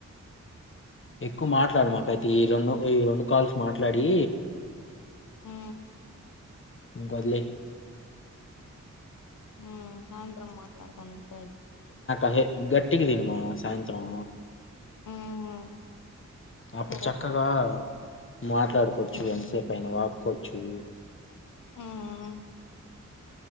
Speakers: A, on the left; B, on the left.
A: ఎక్కువ మాట్లాడమాకయితే ఈ రెండు ఈ రెండు కాల్స్ మాట్లాడి
B: హు
A: ఇంకా వదిలేయ్
B: ఆ సాయంత్రం మాట్లాడతాము ఉంటాయి
A: అదే గట్టిగా తినమ సాయంత్రం
B: ఉమ్
A: అప్పుడు
B: సరే
A: చక్కగా మాట్లాడుకోవచ్చు
B: ఉమ్
A: ఎంతసేపైనా వాక్కోచ్చు
B: ఆ ఆ